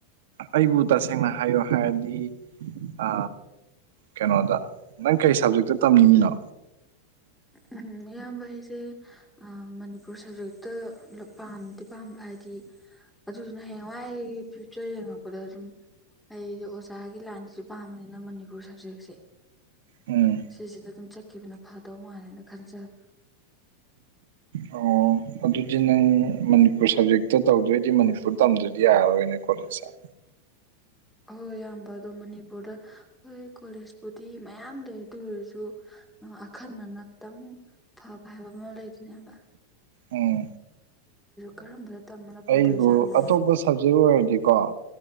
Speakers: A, on the right; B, in the centre.
A: ꯑꯩꯕꯨ ꯇꯁꯦꯡꯅ ꯍꯥꯏꯌꯣ ꯍꯥꯏꯔꯗꯤ ꯑ ꯀꯩꯅꯣꯗ ꯅꯪ ꯀꯩ ꯁꯕꯖꯦꯛꯇ ꯇꯝꯅꯤꯡꯉꯤꯅꯣ
B: ꯎꯝ ꯏꯌꯥꯝꯕ ꯍꯩꯁꯦ ꯃꯅꯤꯄꯨꯔ ꯁꯕꯖꯦꯛꯇ ꯄꯥꯝꯗꯤ ꯄꯥꯝꯕ ꯍꯥꯏꯗꯤ ꯑꯗꯨꯗꯨꯅ ꯍꯌꯦꯡꯋꯥꯏ ꯑꯩꯒꯤ ꯐ꯭ꯌꯨꯆꯔ ꯌꯦꯡꯉꯛꯄꯗ ꯑꯗꯨꯝ ꯑꯩꯁꯦ ꯑꯣꯖꯥꯒꯤ ꯂꯥꯏꯟꯗꯁꯨ ꯄꯥꯝꯕꯅꯤꯅ ꯃꯅꯤꯄꯨꯔ ꯁꯕꯖꯦꯛꯁꯦ
A: ꯎꯝ
B: ꯁꯤꯁꯤꯗ ꯑꯗꯨꯝ ꯆꯠꯈꯤꯕꯅ ꯐꯥꯗꯧ ꯃꯥꯜꯂꯦꯅ ꯈꯟꯖꯕ
A: ꯑꯣ ꯑꯗꯨꯗꯤ ꯅꯪ ꯃꯅꯤꯄꯨꯔ ꯁꯕꯖꯦꯛꯇ ꯇꯧꯗꯣꯏꯗꯤ ꯃꯅꯤꯄꯨꯔ ꯇꯝꯗ꯭ꯔꯗꯤ ꯌꯥꯔꯔꯣꯏꯅꯦ ꯀꯣꯂꯦꯖꯇ
B: ꯑꯣꯏ ꯑꯌꯥꯝꯕ ꯑꯗꯣ ꯃꯅꯤꯄꯨꯔꯗ ꯍꯣꯏ ꯀꯣꯂꯦꯖꯄꯨꯗꯤ ꯃꯌꯥꯝ ꯂꯩ ꯑꯗꯨ ꯑꯣꯏꯔꯁꯨ ꯑꯈꯟꯅꯅ ꯈꯤꯇꯪ ꯐꯕ ꯍꯥꯏꯕ ꯑꯃ ꯂꯩꯗꯅꯦꯕ
A: ꯎꯝ
B: ꯀꯔꯝꯕꯗ ꯇꯝꯕꯅ ꯐꯗꯣꯏꯖꯥꯠꯅꯣꯅ
A: ꯑꯩꯕꯨ ꯑꯇꯣꯞꯄ ꯁꯕꯖꯦꯛ ꯑꯣꯏꯔꯗꯤꯀꯣ